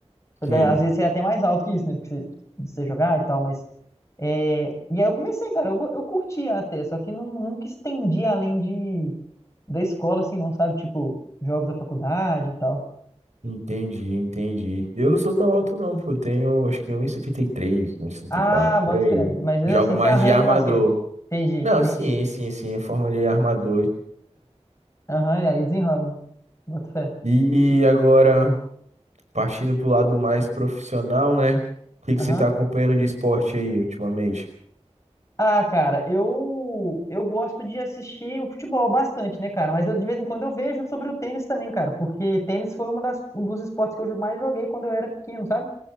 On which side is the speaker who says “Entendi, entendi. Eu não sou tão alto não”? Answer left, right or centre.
Right